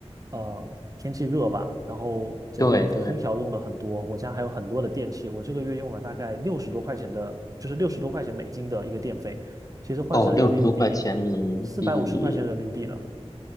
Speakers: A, on the right; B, on the left.
A: 呃，天气热吧，然后这个空调用的很多，
B: 对对。
A: 我家还有很多的电器，我这个月用了大概六十多块钱的，就是六十多块钱美金的一个电费，其实换成人民币，
B: 哦，六十多块钱人民币。
A: 四百五十块钱人民币了。